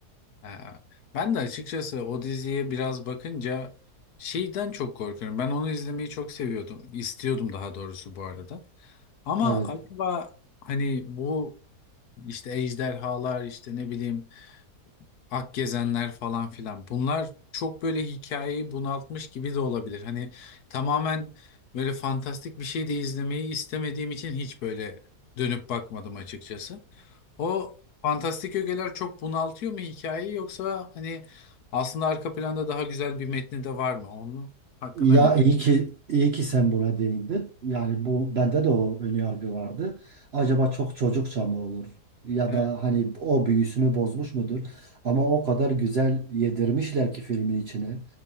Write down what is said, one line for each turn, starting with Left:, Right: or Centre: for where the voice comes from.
Left: Ha, Ben de açıkçası o diziye biraz bakınca şeyden çok korkuyorum. Ben onu izlemeyi çok seviyordum. istiyordum daha doğrusu bu arada. Ama
Right: Evet.
Left: acaba hani bu işte ejderhalar işte ne bileyim Akgezenler falan filan bunlar çok böyle hikayeyi bunaltmış gibi de olabilir. Hani tamamen böyle fantastik bir şey de izlemeyi istemediğim için hiç böyle dönüp bakmadım açıkçası. O fantastik ögeler çok bunaltıyor mu hikayeyi yoksa hani aslında arka planda daha güzel bir metni de var mı? Onun hakkında
Right: Ya
Left: ne?
Right: iyi ki iyi ki sen buna değindin. Yani bu bende de o ön yargı vardı. Acaba çok çocukça mı olur? Ya
Left: E,
Right: da hani o büyüsünü bozmuş mudur? Ama o kadar güzel yedirmişler ki filmin içine.